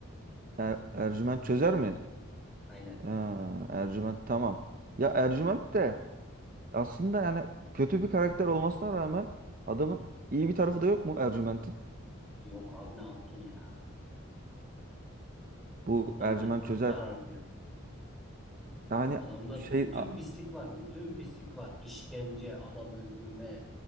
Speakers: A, on the right; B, in the centre.
A: Er- Ercüment çözer mi?
B: Aynen.
A: Ha, Ercüment tamam. Ya Ercüment de aslında yani kötü bir karakter olmasına rağmen adamın iyi bir tarafı da yok mu Ercüment'in?
B: Yok abi ne yaptın ya?
A: Bu
B: Adamın
A: Ercüment
B: hayatını
A: çözer.
B: karartıyor.
A: Yani
B: Adamda
A: şey
B: bütün
A: a-
B: pislik var, bütün pislik var. İşkence, adam öldürme,